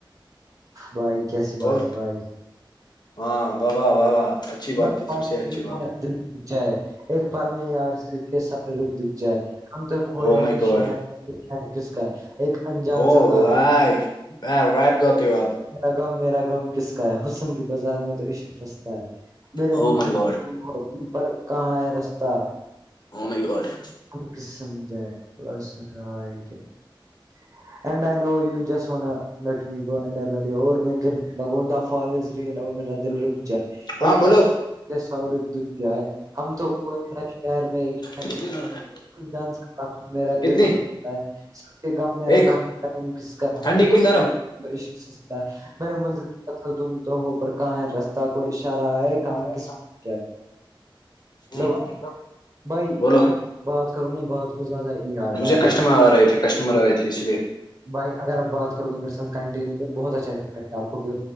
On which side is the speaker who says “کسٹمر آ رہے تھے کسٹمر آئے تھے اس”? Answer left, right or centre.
Left